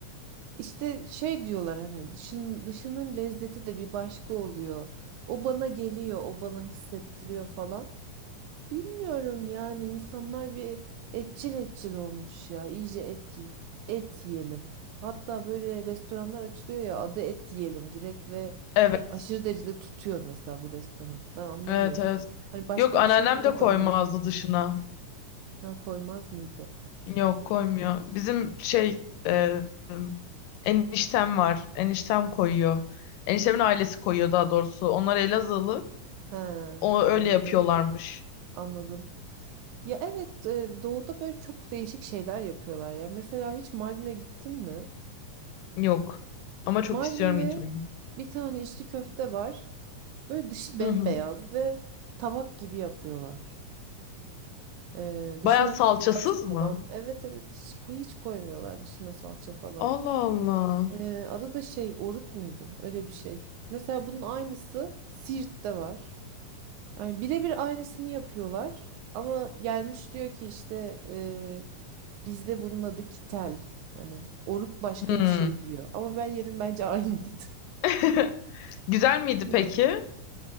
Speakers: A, on the right; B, on the left.
A: İşte şey diyorlar hani dışın, dışının lezzeti de bir başka oluyor. O bana geliyor, o bana hissettiriyor falan. Bilmiyorum yani insanlar bir etçil etçil olmuş ya. İyice et, y- et yiyelim. Hatta böyle restoranlar açılıyor ya adı et yiyelim direkt ve
B: Evet,
A: aşırı derecede tutuyor mesela bu restoran. Ben anlamıyorum.
B: evet, evet.
A: Hani başka
B: Yok anneannem
A: bir şey bulamadınız
B: de koymazdı
A: mı?
B: dışına.
A: Ha, koymaz mıydı?
B: Yok koymuyor. Bizim şey e, eniştem var. Eniştem koyuyor. Eniştemin ailesi koyuyor daha doğrusu. Onlar Elazığlı.
A: He,
B: O öyle
A: anladım,
B: yapıyorlarmış.
A: anladım. Ya evet, e, doğuda böyle çok değişik şeyler yapıyorlar ya. Mesela hiç Mardin'e gittin mi?
B: Yok. Ama çok
A: Mardin'de
B: istiyorum gitmeyi.
A: bir tane içli köfte var. Böyle dışı bembeyaz
B: Hı hı.
A: ve tabak gibi yapıyorlar. E, dışına
B: Baya salçasız
A: hiç salça falan.
B: mı?
A: Evet evet hiç, koy- hiç koymuyorlar dışına salça falan.
B: Allah Allah.
A: E, adı da şey oruk muydu? Öyle bir şey. Mesela bunun aynısı Siirt'te var. Yani birebir aynısını yapıyorlar. Ama gelmiş diyor ki işte e, bizde bunun adı kitel. Hani oruk başka
B: Hmm.
A: bir şey diyor. Ama ben yedim bence aynıydı.
B: <laughs> Güzel miydi
A: <laughs> Bilmiyorum.
B: peki?